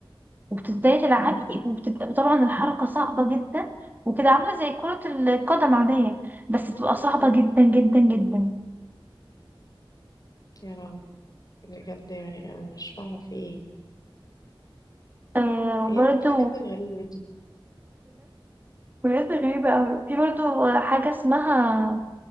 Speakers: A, on the right (about 20°); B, on the left (about 45°).
A: وبتبدأي تلعبي وبتبقى طبعا الحركة صعبة جدا وكده عاملة زي كرة القدم عادية بس بتبقى صعبة
B: م.
A: جدا جدا جدا
B: يا لهوي بجد يعني أنا مش فاهمة في إيه
A: آه
B: هي
A: وبرده
B: إيه الحاجات الغريبة دي
A: بجد غريبة أوي في برضه حاجة اسمها